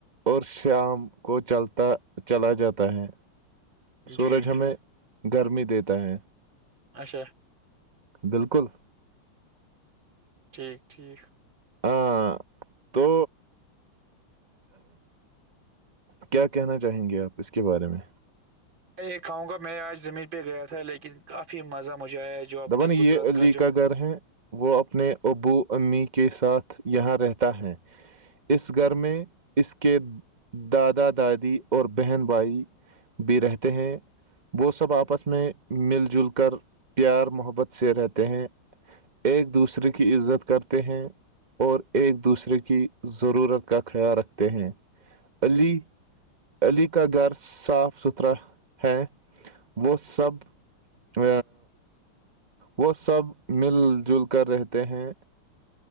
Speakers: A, on the right (about 25°); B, on the right (about 65°).
A: اور شام کو چلتا چلا جاتا ہے
B: ہے
A: سورج
B: جی
A: ہمیں گرمی دیتا ہے
B: اچھا
A: بالکل
B: ٹھیک ٹھیک
A: ہاں تو کیا کہنا چاہیں گے آپ اس کے بارے میں
B: ا یہ کہوں گا میں آج زمین پہ گیا تھا لیکن کافی مزہ مجھے آیا جو اپنے
A: دپن یہ
B: قدرت
A: علی
B: جو
A: کا گھر ہے وہ اپنے ابو امی کے ساتھ یہاں رہتا ہے اس گھر میں اس کے دادا دادی اور بہن بھائی بھی رہتے ہیں وہ سب آپس میں مل جل کر پیار محبت سے رہتے ہیں ایک دوسرے کی عزت کرتے ہیں اور ایک دوسرے کی ضرورت کا خیال رکھتے ہیں علی علی کا گھر صاف ستھرا ہے وہ سب ا وہ سب مل جل کر رہتے ہیں